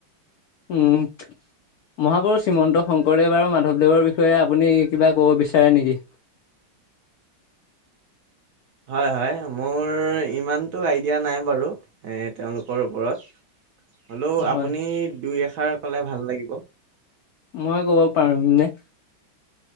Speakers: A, on the left; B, on the right.
A: উম, মহাপুষ শ্ৰীমন্ত শংকৰদেৱ আৰু মাধৱদেৱৰ বিষয়ে আপুনি কিবা ক'ব বিচাৰে নেকি?
B: হয়-হয়, মোৰ ইমানতটো আইডিয়া নাই বাৰু এ তেওঁলোকৰ ওপৰত। হলেও
A: হয়
B: আপুনি দুই এষাৰ কলে ভাল লাগিব।
A: মই ক'ব পাৰো নে?